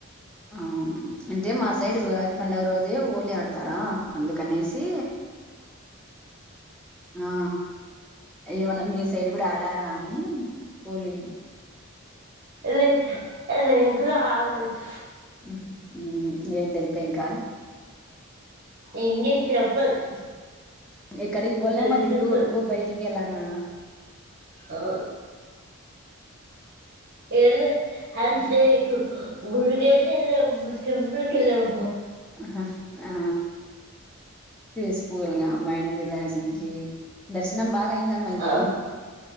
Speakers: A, in the centre; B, on the right (about 45°).
A: ఆ అంటే మా సైడ్ ఉగాది పండుగ రోజే హోలీ ఆడతారా అందుకనేసి ఆ ఏమన్న మీ సైడ్ కూడా ఆ డతారా అని హోలీ
B: లే లేదు ఆడలేదు
A: ఉహు ఉమ్ ఏంటి ఇంకా ఇంకా
B: ఇంకేం చెప్పండి
A: ఎక్కడికి పోలే మరి
B: విశేషాలు
A: టూరుకు బయటికి అలాగా
B: ఆ ఎల్లలేదు అంటే గుడికైతే ఎల్లాం టెంపుల్కెళ్ళాం
A: అహ ఆ పీస్ఫుల్గా మైండ్ రీలాక్స్ దర్శనం బాగా అయిందా మళ్ళీ
B: అ